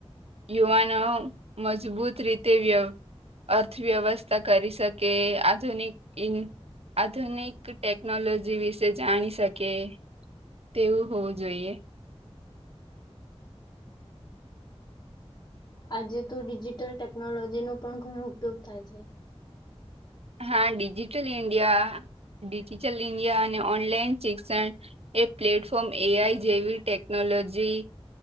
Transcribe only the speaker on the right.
યુવાનો મજબૂત રીતે વ્ય અર્થવ્યવસ્થા કરી શકે આધુનિક આધુનિક ટેકનોલોજી વિશે જાણી શકે તેવું હોવું જોઈએ
હા ડિજિટલ ઇન્ડિયા ડિજિટલ ઇન્ડિયા અને ઓનલાઈન શિક્ષણ એ પ્લેટફોર્મ એઆઈ જેવી ટેકનોલોજી